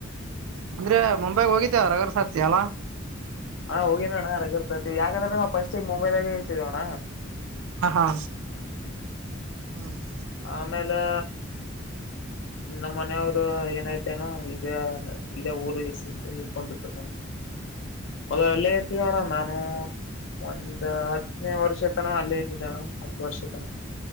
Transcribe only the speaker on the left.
ಹಾ ಹೋಗಿನನಣ ರಜೆರ್ತೈತಿ ಯಾಕಂದ್ರೆ ನಾವು ಸ್ಟಗ್ ಮುಂಬೈದಾಗೆ ಇರ್ತೀವಣ
ಆಮೇಲೆ ನಮ್ಮ್ ಮನೆಯವರು ಏನೈತೆನೋ ಈಗ ಇಲ್ಲೇ ಊರು ಇಟ್ಕೊಂಡ್ಬಿಟ್ಟು ಮೊದಲ ಎಲ್ಲ ತಿಯೋಣ ನಾನು ಒಂದ ಹತ್ತನೇ ವರ್ಷ ತನ ಅಲ್ಲೇ ಇದ್ದಿದ್ದಣ ಹತ್ತು ವರ್ಷ ತನ